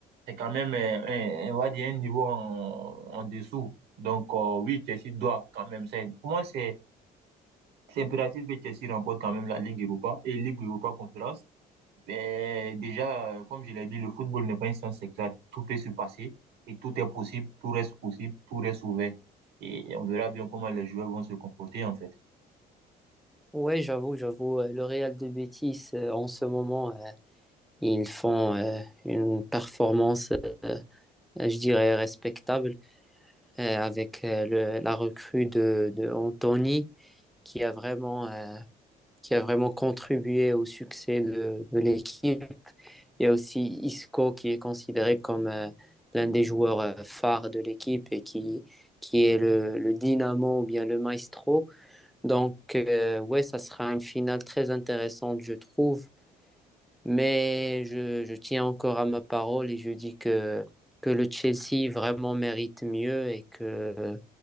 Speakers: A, on the right; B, in the centre.
A: c'est quand même, euh, un, on va dire, un niveau en, en dessous. Donc, euh, oui, Chelsea doit quand même. C'est, pour moi, c'est, c'est impératif que Chelsea remporte quand même la Ligue Europa et Ligue Europa Conférence. Mais déjà, euh, comme je l'ai dit, le football n'est pas une science exacte. Tout peut se passer et tout est possible, tout reste possible, tout reste ouvert. Et on verra bien comment les joueurs vont se comporter, en fait.
B: Ouais, j'avoue, j'avoue, euh, le Real de Betis, euh, en ce moment, euh, ils font euh, une performance, euh, je dirais, respectable euh, avec euh, le- la recrue de, de Anthony qui a vraiment, euh, qui a vraiment contribué au succès de, de l'équipe. Il y a aussi Isco qui est considéré comme euh, l'un des joueurs euh, phares de l'équipe et qui, qui est le, le dynamo ou bien le maestro. Donc, euh, ouais, ça sera une finale très intéressante, je trouve. Mais je, je tiens encore à ma parole et je dis que, que le Chelsea vraiment mérite mieux et que,